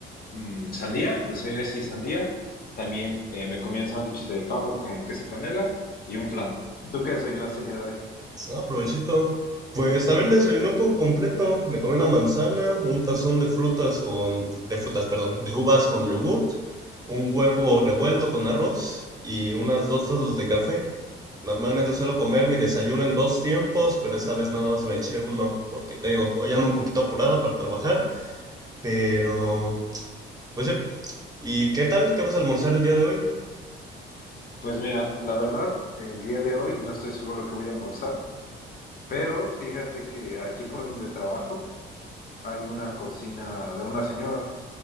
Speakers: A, on the left; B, on the right.
A: mm, sandía, desayuné sí sandía. También eh, me comí un sándwich de pavo con queso panela y un flan. ¿Tú qué desayunaste el día de hoy?
B: Ah, provechito. Pues también desayuné un poco completo. Me comí una manzana, un tazón de frutas con, de frutas, perdón, de uvas con yogurt, un huevo revuelto con arroz y unas dos tazas de café. Normalmente suelo comer mi desayuno en dos tiempos, pero esta vez nada más me eché uno, porque te digo, hoy ando un poquito apurado para trabajar, pero pues sí. ¿Y qué tal? ¿Qué vas a almorzar el día de hoy?
A: Pues mira, la verdad, el día de hoy no estoy seguro de qué voy a almorzar, pero fíjate que aquí por donde trabajo hay una cocina de una señora.